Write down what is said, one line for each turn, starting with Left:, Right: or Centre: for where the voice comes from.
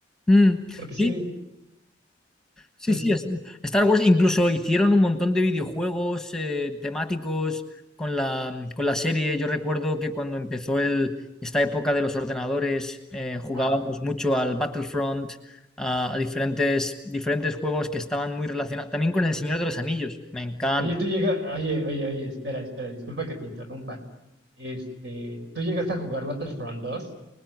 Centre: mm,
Right: Porque sí,
Centre: sí, Sí,
Right: sí,
Centre: sí,
Right: sí,
Centre: es- Star Wars incluso hicieron un montón de videojuegos eh, temáticos con la, mm, con la serie. Yo recuerdo que cuando empezó el, esta época de los ordenadores, eh, jugábamos
Right: ajá.
Centre: mucho al Battlefront, a, a diferentes, diferentes juegos que estaban muy relacionados. También con El Señor de los Anillos, me encanta.
Right: Oye, tú llegas, oye, oye, oye, espera, espera, disculpa que te interrumpa. Este, tú llegaste a jugar Battlefront dos?